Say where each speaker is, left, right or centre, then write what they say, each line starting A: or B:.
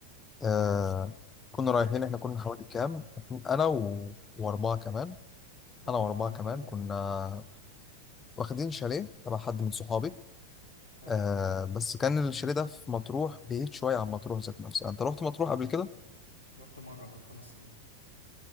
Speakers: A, on the left; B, on the left.
A: مم.
B: آه كنا رايحين احنا كنا حوالي كام إحنا- انا و... واربعة كمان
A: تمام
B: انا واربعة
A: عملتوا
B: كمان
A: إيه بقى؟
B: كنا واخدين شاليه تبع حد من صحابي
A: حلو
B: آه بس كان الشاليه ده في مطروح بعيد شوية عن مطروح ذات نفسها انت رحت مطروح قبل كده؟
A: رحت مرة من خمس سنين